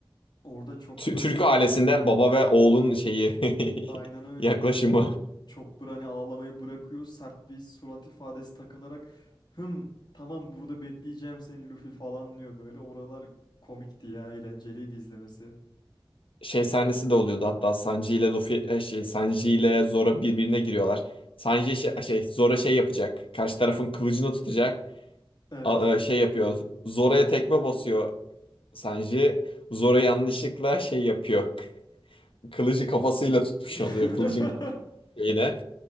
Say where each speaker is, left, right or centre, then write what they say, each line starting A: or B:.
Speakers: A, on the left; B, on the left.
A: Orada Chopper
B: Türk ailesinde baba ve oğlun şeyi
A: aynen
B: <laughs>
A: öyle.
B: yaklaşımı
A: Orada da Chopper hani ağlamayı bırakıyor. Sert bir surat ifadesi takınarak hım tamam burada bekleyeceğim seni Luffy falan diyor böyle. Oralar komikti ya. Eğlenceliydi izlemesi.
B: şey sahnesi de oluyordu hatta Sanji ile Luffy e, şey Sanji ile Zoro birbirine giriyorlar. Sanji şey, şey Zoro şey yapacak. Karşı tarafın kılıcını tutacak.
A: Evet.
B: A- e, şey yapıyor. Zoro'ya tekme basıyor Sanji. Zoro yanlışlıkla şey yapıyor. K- Kılıcı kafasıyla tutmuş
A: <laughs>
B: oluyor kılıcın şeyine.